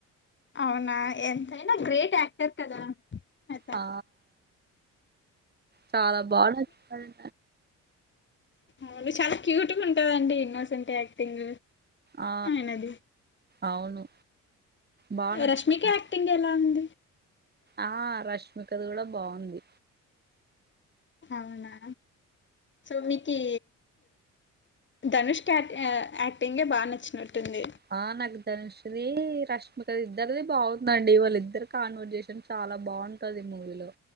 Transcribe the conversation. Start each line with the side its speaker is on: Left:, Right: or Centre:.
Left: అవునా ఎంతైనా గ్రేట్ యాక్టర్ కదా అతను
Right: ఆ చాలా బాగా నచ్చతడి
Left: మలి చాలా క్యూట్గా ఉంటందండి ఇన్నోసెంటే యాక్టింగ్
Right: ఆ
Left: ఆయనది
Right: అవును బాగా నచ్చుతాడు
Left: రష్మిక యాక్టింగ్ ఎలా ఉంది
Right: ఆ రష్మిక ది కూడా బాగుంది
Left: అవునా సో మీకి ధనుష్ క యాక్టింగే బాగా నచ్చినట్టుంది
Right: ఆ నాకు ధనుష్ది రష్మిక ఇద్దరిది బాగుందండి వాళ్ళ ఇద్దరు కాన్వర్జేషన్ చాల చాలా బాగుంటది ఈ మూవీలో